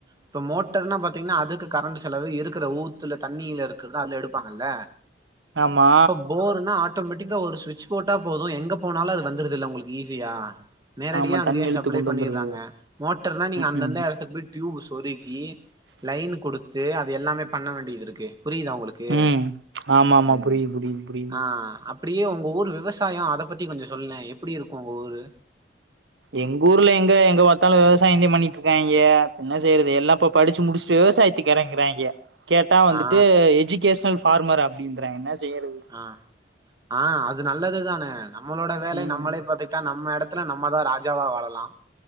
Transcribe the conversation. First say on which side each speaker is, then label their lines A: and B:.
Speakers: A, on the right; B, on the right.
A: இப்ப மோட்டர்னா பாத்தீங்னா அதுக்கு கரண்டு செலவு இருக்குற ஊத்துல தண்ணிலருக்ரதல அதுல எடுப்பாங்கல்ல
B: ஆமா
A: இப்ப போர்னா ஆட் டோமெட்டிக்கா ஒரு ஸ்விட்ச் போட்டா போது எங்க போனாலு அது வந்ருதுல்ல உங்ளுக் ஈஸியா நேடியா
B: ஆமா தண்ணி
A: அங்கே
B: இழுத்து
A: சப் ளை
B: கொண்டு
A: பண்ணிர்றாங்க
B: வந்துருது
A: மோட்டர்னா நீங்க
B: ம்
A: அந்தந்த
B: ம்
A: எடத்துக்கு போய் ட்யூப்ய சொருகி லைனு குடுத்து எ அது எல்லாமே பண்ண வேண்டியதுருக்கு புரியுதா உங்ளுக் கு
B: ம் ஆமா ஆமா
A: ம்
B: புரியுது புரியுது புரியுது
A: ஆ அப் அப்டியே உங்க ஊர் விவசாயோ அத பத்தி கொஞ்ச சொல்லே எப்டிருக்கு உங்க ஊரு
B: எங்கூர்ல எங்க எங்க பாத்தாலு விவசாயந்தே பண்ணிட்ருக்காய்ங்கே என்ன செய்றது எல்லாப்போ படிச்சு முடிச்ட்டு விவசாயத் துக்கு எறங்கறாய்ங்க கேட்டா வந்துட்டு
A: ஆ
B: எஜிகேஷ்னல் ஃபார்மர் அப்டின்றாகே என்ன செய்றது
A: ஆ ஆ அது நல்லது தானே நம்மளோட வேலை
B: ம்
A: நம்மளே பாத்துகிட்டா நம்ம எடத் துல நம்ம தா ராஜாவா வாழலா